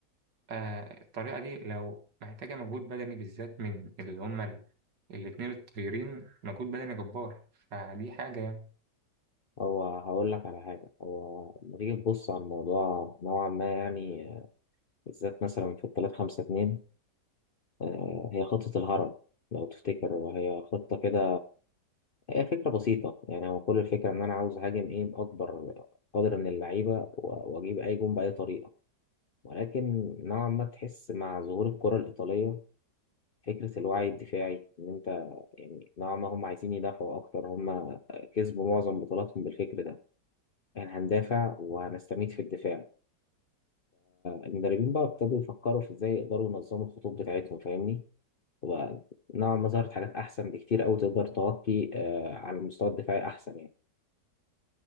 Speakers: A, on the right (about 80°); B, on the left (about 45°).
A: آه الطريقة دي لو محتاجة مجهود بدني بالذات من اللي هما ال- الاتنين الطايرين مجهود بدني جبار فدي حاجة يعني.
B: هو هقول لك على حاجة هو لما تيجي تبص على الموضوع نوعا ما يعني آه، بالذات مثلا في التلات خمسة اتنين آه، هي خطة الهرم لو تفتكر هي خطة كده هي فكرة بسيطة يعني هو كل الفكرة إن أنا عاوز أهاجم إيه بأكبر قدر من اللعيبة و- وأجيب أي جون بأي طريقة ولكن نوعا ما تحس مع ظهور الكرة الإيطالية فكرة الوعي الدفاعي إن أنت يعني نوعا ما هم عايزين يدافعوا أكتر هم كسبوا معظم بطولاتهم بالفكر ده يعني هندافع وهنستميت في الدفاع المدربين بقى ابتدوا يفكروا في إزاي يقدروا ينظموا الخطوط بتاعتهم فاهمني وبقى نوعا ما ظهرت حاجات أحسن بكتير أوي تقدر تغطي آه، على المستوى الدفاعي أحسن يعني